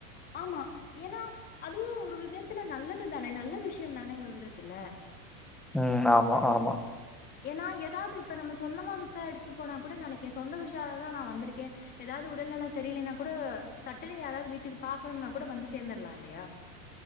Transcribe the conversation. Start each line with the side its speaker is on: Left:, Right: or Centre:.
Left: ஆமா ஏன்னா அதுவு ஒரு விதத்துல நல்லது தான நல்ல விஷயோந்தான ஒரு விதத்துல
Centre: ம் ஆமா ஆமா
Left: ஏன்னா ஏதாவது இப்ப நம்ம சொந்தமா விசா எடுத்து போனா கூட நாளைக்கே சொந்த விஷாதா நா வந்துருக்கே ஏதாவது உடல் நலோ சரியில்லைன்னா கூட சட்டுனு யாராவது வீட்டுக்கு பாக்கணும்னா கூட வந்து சேந்தர்லா இல்லையா